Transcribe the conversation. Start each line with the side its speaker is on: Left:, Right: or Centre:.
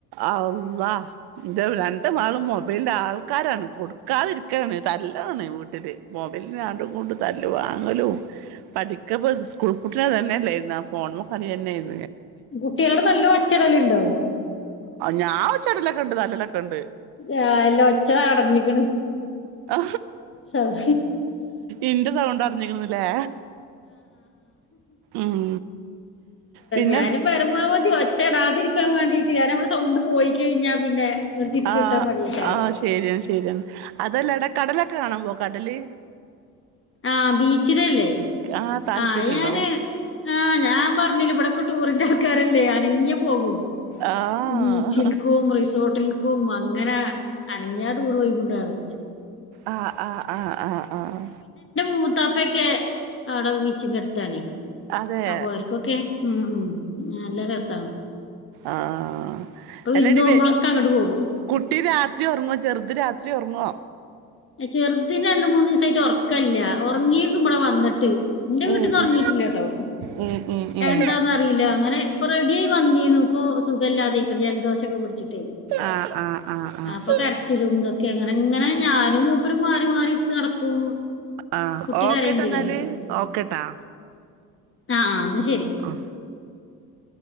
Right: അള്ളാ എൻ്റെ രണ്ട് മകളും മൊബൈലിന്റെ ആൾ- കാരാണ് കൊടുക്കാ- നിക്കാതിരിക്കയാണ് തല്ലാണ് വീട്ടില് മൊബൈൽ- രണ്ടും കൂടെ തല്ലു വാങ്ങലും പഠിക്ക സ്കൂൾ <unintelligible> തന്നെയല്ലായിരുന്നു ഫോണിമേ കളി തന്നൊയിരുന്നു
Left: കുട്ടികളോട് ന <unintelligible> ല്ലോ ഒച്ചയിടൽ ഉണ്ടോ
Right: ഞാൻ ഒച്ചയിടൽ ഒക്കെ ഉണ്ട് തല്ലലൊക്കെ ഉണ്ട്
Left: ആ, എല്ലാം ഒച്ച അടഞ്ഞിക്കണ്
Right: ആ
Left: സൗ-
Right: ഇന്റെ സൗണ്ട് അടഞ്ഞിരിക്കുന്നില്ലേ ഉം പിന്നെ
Left: ഞാന് പരമാവതി ഒച്ച- ഒച്ചേടാതിരിക്കാൻ വേണ്ടീട്ട് കാര്യം നമ്മള് സൗണ്ട് പോയി കഴിഞ്ഞാൽ പിന്നെ- ഇങ്ങട് തിരിച്ചു
Right: ആഹ്
Left: കിട്ടാൻ പണിയേക്കാരോ
Right: ആഹ് ശരിയാണ് ശരിയാണ് അതല്ലടാ കടലൊക്കെ കാണാൻ പോകുവോ കടല്
Left: ആ ബീച്ചിലല്ലേ
Right: ആഹ് താല്പര്യണ്ടോ
Left: ആ ഞാന് ആഹ് ഞാൻ പറഞ്ഞില്ലേ ഇവിടെക്കെ ടൂറിന്റെ ആൾക്കാരല്ലേ അനങ്ങിയാ പോകും
Right: ആഹ്
Left: ബീച്ചിൽക്കും റിസോർട്ടിൽ ക്കും കും അങ്ങന അനങ്ങിയാ ടൂറ് കൊണ്ടോയ്
Right: ആഹ് ആഹ് ആഹ് ആഹ ആഹ്
Left: മൂത്താപ്പക്കെ അവിട ബീച്ചി കിടുത്താണി
Right: അതെ
Left: അപ്പൊ അരുക്കൊക്കെ ഉം ഉം നല്ല രസാണ്
Right: ആഹ്
Left: ഇപ്പൊ വിരുന്ത്
Right: എല്ലാടി
Left: പോകുമ്പോഴൊക്കെ
Right: വേ
Left: അങ്ങട് പോകും
Right: കുട്ടി രാത്രി ഒറങ്ങോ ചെറുത് രാത്രി ഒറങ്ങോ?
Left: ചെറുതിന് രണ്ടു മൂന്ന് ദിവസായിട്ട് ഉറക്കല്ല. ഉറങ്ങിരുന്നു ഇവിടെ വന്നിട്ട് എന്റെ വീട്ടിന്ന്
Right: ഉം
Left: ഉറങ്ങിട്ടില്ല
Right: ഉം
Left: കേട്ടോ
Right: ഉം ഉം ഉം
Left: എന്താന്ന് അറിയില്ല അങ്ങനെ ഇപ്പൊ റെഡിയായി വന്നിരുന്നു. ഇപ്പോ സുഖവില്ലാതെ ഇരിക്കണ് ജലദോഷം. കുടിച്ചിട്ടേ
Right: ആഹ് ആഹ് ആഹ് ആഹ്
Left: അപ്പൊ കരച്ചിലും ഇതൊക്കെങ്ങനെ ഇങ്ങനെ ഞാനും മൂപ്പര് മാറി-മാറി ഇട്ടു നടക്കും
Right: ആഹ്
Left: കുട്ടി
Right: ഓക്കെട്ടാ
Left: കരയണ്ടില്ലേ?
Right: എന്നാല് ഓക്കെട്ടാ
Left: ആഹ് ആന്ന് ശരി
Right: ആഹ്